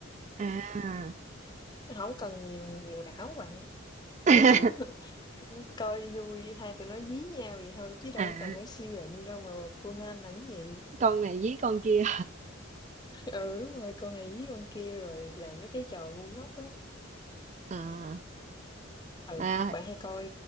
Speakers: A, on the right; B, on the left.
A: à
B: Không cần nhiều nhiều não bạn.
A: <laughs>
B: Kiểu <laughs> coi vui hai tụi nó dí nhau vậy thôi chứ đâu
A: à
B: có cần phải suy luận đâu mà Conan làm cái gì.
A: con này với con kia
B: Ừ, đúng rồi, con này với con kia rồi làm mấy cái trò ngu ngốc á.
A: à
B: Ừ,
A: À,
B: bạn hay coi